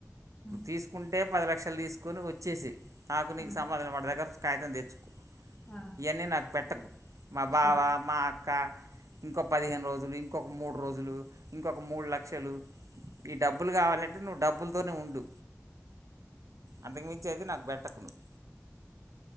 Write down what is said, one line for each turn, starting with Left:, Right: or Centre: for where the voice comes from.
Left: హ్మ్.
Right: తీసుకుంటే పది లక్షలు తీసుకొని వచ్చేసే నాకు నీకుసంబందం
Left: హ్మ్.
Right: పడ్డ దగ్గర నున్ కాగితం తెచ్
Left: ఆ!
Right: ఇయన్నీ నాక్ పెట్టకు మా బావా
Left: సరే.
Right: మా అ క్క ఇంకో పదిహేను రోజులు ఇంకొక్ మూడు రోజులు ఇంకొక్ మూడు లక్షలు ఈ డబ్బులు కావాలంటే నువ్వు డబ్బులతోనే ఉండు అంతకుమించి అయితే నాకు పెట్టకు నువ్